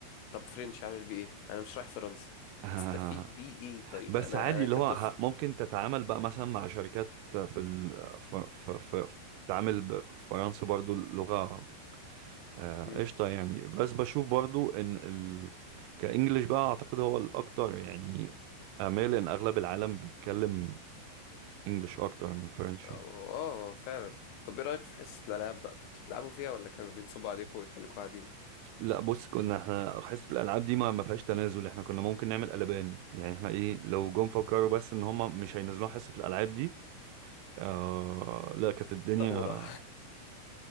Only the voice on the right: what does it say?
<laughs>
بس
عادي
اللي
هو ه- ممكن تتعامل بقى مثلا مع شركات في ال... في في في تعامل بفرنسي برضو اللغة آه،
قشطة يعني بس بشوف برضو ان ال... كإنجليش بقى اعتقد هو الاكتر يعني امال ان اغلب العالم بيتكلم انجليش اكتر من فرنشي
لا بص كنا احنا حصة الالعاب دي ما ما فيهاش تنازل احنا كنا ممكن نعمل قلبان يعني احنا ايه لو جم فكروا بس ان هم مش هينزلوها حصة الالعاب دي آه لا كانت الدنيا